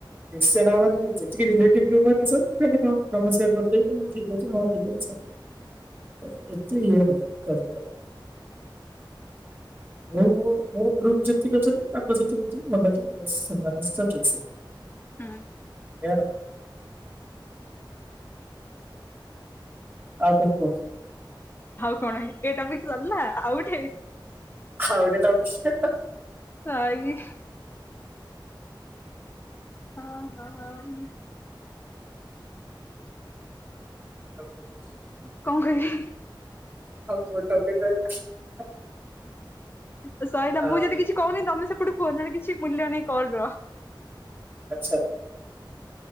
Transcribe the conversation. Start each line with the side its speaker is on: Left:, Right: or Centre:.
Right: ମିଶେନା ମାନେ ଯେତିକି ରିଲେଟିଭ ଯୋଉ ମାନେ ସୋ ମୁଁ ଖାଲି ନମସ୍କାର କରିଦେଇକି ହଁ ଠିକ ଅଛି ହଁ ଠିକ ଅଛି। ଏତେ ଇଏ ନାଇ କାଆ ସହିତ। ମୁଁ ମୋ ଗ୍ରୁପ ଯେତିକି ଅଛନ୍ତି ତାଙ୍କ ସହିତ ଯେତିକି ଭଲ କି ସେମାନେ ସହ ଠିକ ସେ।
Left: ହୁଁ।
Right: ଏଆ। ଆଉ କଣ କୁହ।
Left: ଆଉ କଣ ଏତେ ଟପିକ ସରିଲା ଆଉ ଗୋଟେ।
Right: ଆଉ ଗୋଟେ ଟପିକ ଷ୍ଟାର୍ଟ।
Left: ହାଇ। ହଁ ହଁ ହଁ।
Right: ଆ <unintelligible>
Left: କଣ କହିବି ହି।
Right: ଆଉ କୋଉ ଟପିକ ରହିଲା।
Left: ତ ସଇଲା
Right: ଆ,
Left: ମୁଁ ଯଦି କିଛି କହୁନି ତମେ ସେପଟ କୁହ ନଏଲେ କିଛି ମୂଲ୍ୟ ନାଇ କଲ ର।
Right: ଆଚ୍ଛା।